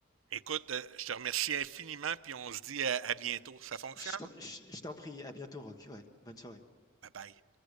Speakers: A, on the right (about 80°); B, on the left (about 20°).
A: Écoute, euh, je te remercie infiniment, puis on se dit à, à bientôt. Ça fonctionne?
B: Je t'en je- je t'en prie, à bientôt, Rock. Ouais, bonne soirée.
A: Bye bye.